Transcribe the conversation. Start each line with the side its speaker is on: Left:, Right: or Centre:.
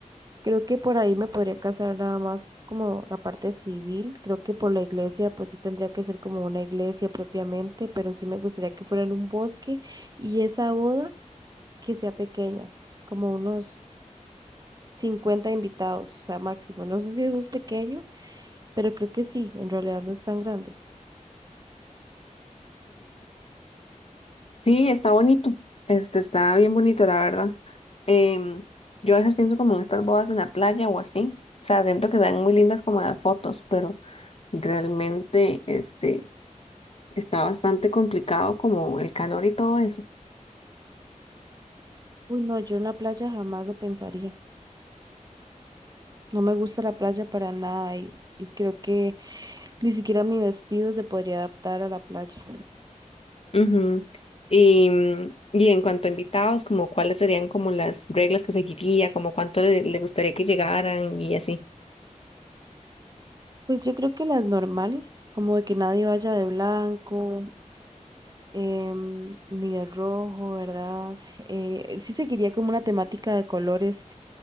Right: Creo que por ahí me podría casar nada más como la parte civil, creo que por la iglesia pues sí tendría que ser como una iglesia propiamente, pero sí me gustaría que fuera en un bosque y esa boda que sea pequeña, como unos 50 invitados, o sea, máximo. No sé si eso es pequeño, pero creo que sí, en realidad no es tan grande.
Left: Sí, está bonito. Este está bien bonito, la verdad. Em, yo a veces pienso como en estas bodas en la playa o así. O sea, siento que están muy lindas como en las fotos, pero realmente este está bastante complicado como el calor y todo eso.
Right: Uy, no, yo en la playa jamás lo pensaría. No me gusta la playa para nada y, y creo que ni siquiera mi vestido se podría adaptar a la playa.
Left: Ujú. Y, mm, y en cuanto a invitados, como cuáles serían como las reglas que seguiría, como cuánto le, le gustaría que llegaran y así.
Right: Pues yo creo que las normales, como de que nadie vaya de blanco, em, ni de rojo, ¿verdad? Eh, sí seguiría como una temática de colores